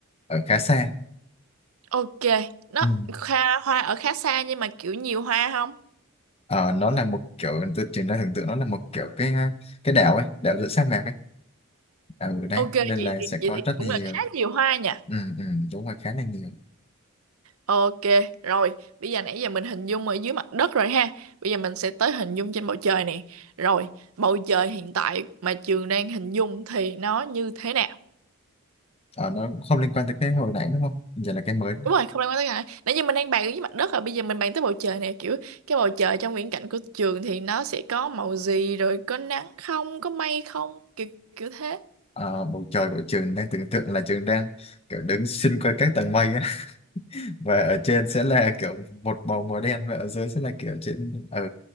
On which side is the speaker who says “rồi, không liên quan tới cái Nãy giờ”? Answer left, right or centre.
Right